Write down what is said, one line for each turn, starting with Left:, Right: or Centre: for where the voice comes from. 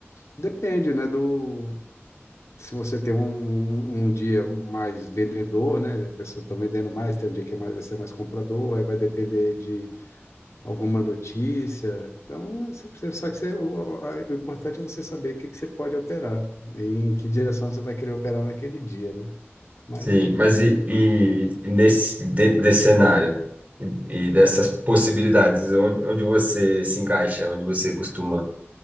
Left: depende, né, do, se você tem um, um um dia mais vendedor, né? As pessoas estão vendendo mais, tem um dia que é mais, vai ser mais comprador, aí vai depender de alguma notícia. Então, você precisa, só que você- o, a- o importante é você saber o que, que você pode operar e em que direção você vai querer operar naquele dia, né? Mas
Right: Sim,
Left: é com...
Right: mas e, e e nesse, dentro desse cenário e, dessas possibilidades, onde, onde você se encaixa, onde você costuma